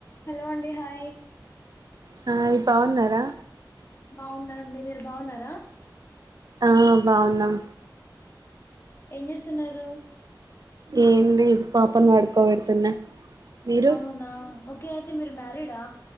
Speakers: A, on the left; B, on the right.
A: Hello అండి hi
B: hi బాన్నారా
A: బావున్నా అండి మీరు బావున్నారా
B: ఆ బావున్నాం
A: ఏం జెస్తున్నారు
B: ఏమ్ లేదు పాపను పడుకోబెడుతున్నా మీరు
A: అవునా ఓకే అయితే మీరు మ్యారిడా